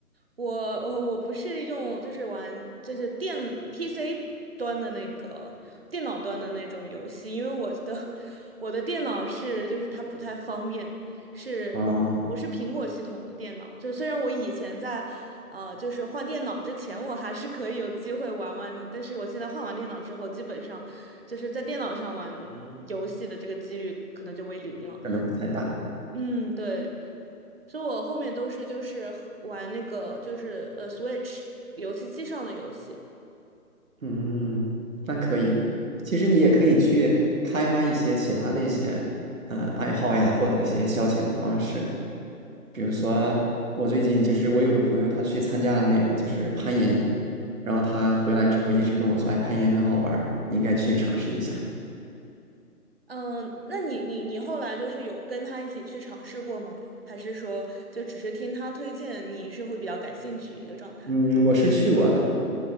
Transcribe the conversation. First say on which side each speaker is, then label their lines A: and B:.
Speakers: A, on the right (about 40°); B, on the right (about 60°).
A: 我我我不是用，就是玩就是电 PC 端的那个电脑端的那种游戏，因为我的 <laughs> 我的电脑是就是它不太方便，是我是苹果系统的电脑，
B: 啊。
A: 就虽然我以前在呃就是换电脑之前我还是可以有机会玩玩的，但是我现在换完电脑之后，基本上就是在电脑上玩游戏的这个几率可能就为零了。
B: 可能不太大。
A: 嗯，对。所以我后面都是就是玩那个就是呃 Switch 游戏机上的游戏。
B: 嗯，那可以。其实你也可以去开发一些其他的一些呃爱好呀，或者一些消遣的方式。比如说，我最近就是我有个朋友，他去参加了那个就是攀岩，然后他回来之后一直跟我说，哎，攀岩很好玩儿你应该去尝试一下。
A: 嗯，那你你你后来就是有跟他一起去尝试过吗？还是说就只是听他推荐，你是会比较感兴趣一个状态？
B: 嗯，我是去过的，